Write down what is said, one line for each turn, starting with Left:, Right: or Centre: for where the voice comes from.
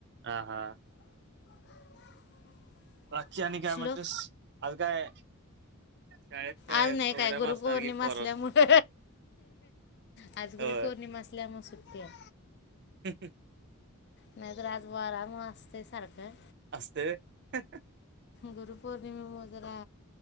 Right: हा हा
Left: <unintelligible>
Right: बाकी आणि काय
Left: श्लोक
Right: म्हणतेस आज काय शाळेत
Left: आज नाय
Right: प्रोग्राम
Left: काय गुरुपौर्णिमा
Right: असणार की पोरांन
Left: असल्यामुळ आज गुरुपौर्णिमा
Right: होय
Left: असल्यामुळ सुट्टी हाय.
Right: हं हं <unintelligible>
Left: नाय तर आज वारामुळे असतंय सारखं.
Right: असतंय वय?
Left: गुरुपौर्णिमेमुळे जरा